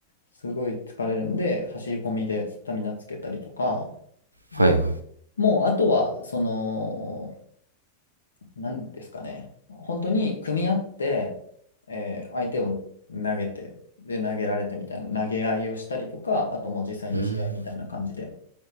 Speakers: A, on the left; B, on the right.
A: すごい疲れるんで、走り込みでスタミナつけたりとか、で、
B: はいはい。
A: もうあとは、その、なんですかね。本当に組み合って、えー相手を投げて、で、投げられてみたいな、投げ合いをしたりとか、あともう実際に試合みたいな感じで、
B: うーん、